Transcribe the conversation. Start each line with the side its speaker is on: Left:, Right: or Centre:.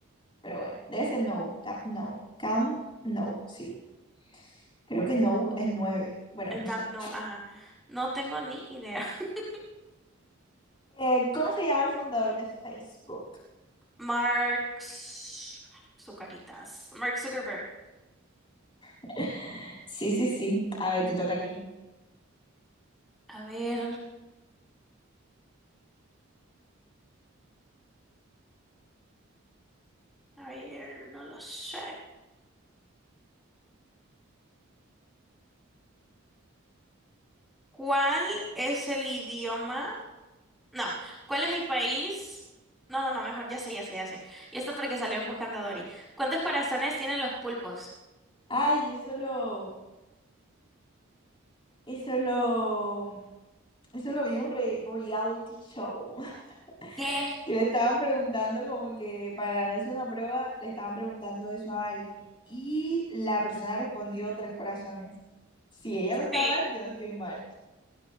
Left: Pero bueno, debe ser no, Cap no, Cam no, sí. Creo que no es nueve. Bueno,
Centre: El
Left: no
Centre: Camp
Left: sé.
Centre: Nou, ajá. No tengo ni idea. <laughs>
Left: Eh, ¿Cómo se llama el fundador de Facebook?
Centre: Mark Z- Zucaritas. Mark Zuckerberg.
Left: <laughs> Sí, sí, sí. A ver, te toca a ti.
Centre: A ver, a ver, no lo sé. ¿Cuál es el idioma? No, ¿cuál es el país? No, no, no, mejor ya sé, ya sé, ya sé. Y esto porque salió en Buscando a Dory. ¿Cuántos corazones tienen los pulpos?
Left: Ay, yo solo, eso lo, eso lo vi en un re- reality show. <laughs>
Centre: ¿Qué?
Left: Que le estaban preguntando como que para ganarse una prueba, le estaban preguntando eso a alguien. Y la persona respondió tres corazones. Si ella no está
Centre: Sí.
Left: mal,
Centre: <laughs>
Left: yo no estoy mal.